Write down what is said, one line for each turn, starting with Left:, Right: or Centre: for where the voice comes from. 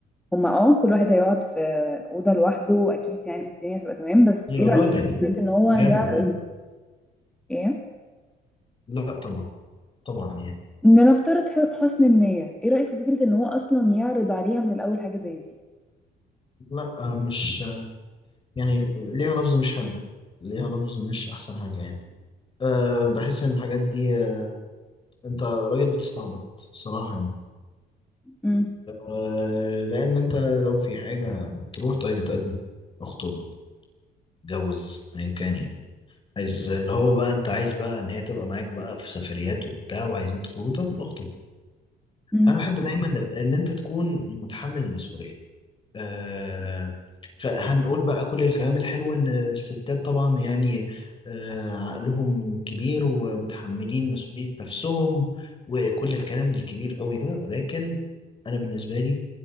Centre: هما اه كل واحد هيقعد في أوضة لوحده وأكيد يعني الدنيا تبقى تمام بس
Left: يا
Centre: إيه رأيك
Left: راجل
Centre: في فكرة إن هو
Left: جامد
Centre: يعرض
Left: عمو.
Centre: إيه؟
Left: لا طبعا طبعا يعني
Centre: لنفترض ح- حسن النية إيه رأيك في فكرة إن هو أصلا يعرض عليها من الأول حاجة زي دي؟
Left: لا آه، مش آه، يعني ليها لفظ مش حلو ليها لفظ مش احسن حاجه يعني أه بحس ان الحاجات دي آه، انت راجل بتستعبط صراحه يعني
Centre: مم.
Left: أه لان انت لو في حاجه تروح طيب اتقدم اخطب اتجوز ايا كان يعني عايز اللي هو بقى انت عايز بقى ان هي تبقى معاك بقى في سفريات وبتاع وعايزين تخرجوا طب اخطب
Centre: مم.
Left: انا بحب دايما ان انت تكون متحمل المسؤوليه آه، هنقول بقى كل الكلام الحلو إن الستات طبعا يعني آه، عقلهم كبير ومتحملين مسؤولية نفسهم وكل الكلام الكبير قوي ده ولكن أنا بالنسبة لي